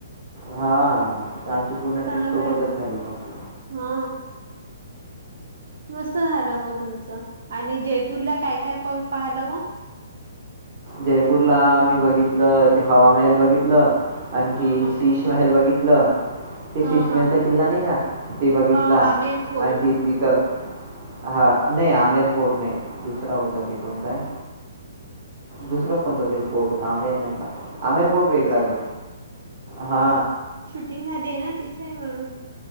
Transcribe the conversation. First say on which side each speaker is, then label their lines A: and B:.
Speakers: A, on the right (about 30°); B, on the right (about 60°).
A: हां आमची पूर्ण
B: चांगलं
A: ट्रीप सोबतच
B: आहे ना
A: झाली मग
B: हा मस्त झालं मग तुमचं आणि जयपूरला काय काय पाहलं मग
A: जयपूरला आम्ही बघितलं ते हवा महेल बघितलं आणखी
B: हा हा
A: शिष महल बघितलं ते
B: हा
A: शिषमहलचा
B: हा
A: किल्ला नाही का ते बघितला
B: हा आमेर फोर्ट
A: आणखी तिथं हा नाही आमेर फोर्ट नाही दुसरा होता ते कोणताय दुसराच कोणता तरी फोर्ट होता आमेर नव्हता आमेर फोर्ट वेगळा
B: अच्छा
A: ग हा
B: <unintelligible> दे ना तिथेय म्हणून